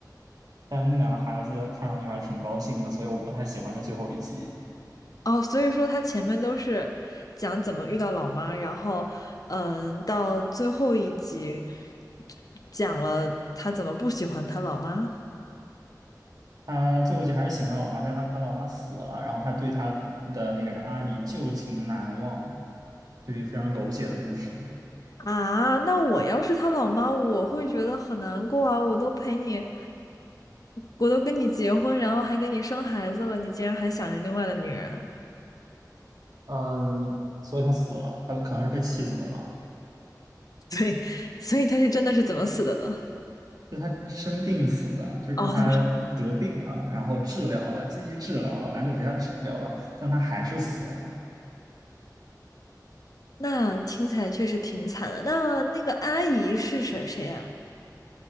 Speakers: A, on the right (about 60°); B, on the left (about 55°).
A: 但是那两个孩子看上去还是挺高兴的，所以我不太喜欢这最后一集。
B: 哦，所以说他前面都是讲怎么遇到老妈，然后嗯，到最后一集讲了他怎么不喜欢他老妈。
A: 他最后一集还是喜欢他老妈，但是他他老妈死了，然后他对他的那个阿姨旧情难忘，就是一个非常狗血的故事。
B: 啊，那我要是他老妈，我会觉得很难过啊！我都陪你，我都跟你结婚，然后还给你生孩子了，你竟然还想着另外的女人，
A: 嗯，所以他死了，他可能是被气死的吧？
B: <laughs> 对，所以他是真的是怎么死的呢？
A: 就他生病死的，就是他得病了，
B: 哦，他是
A: 然后治疗了，积极治疗了，男主陪他治疗了，但他还是死了。
B: <laughs>，那听起来确实挺惨的。那那个阿姨是谁谁呀、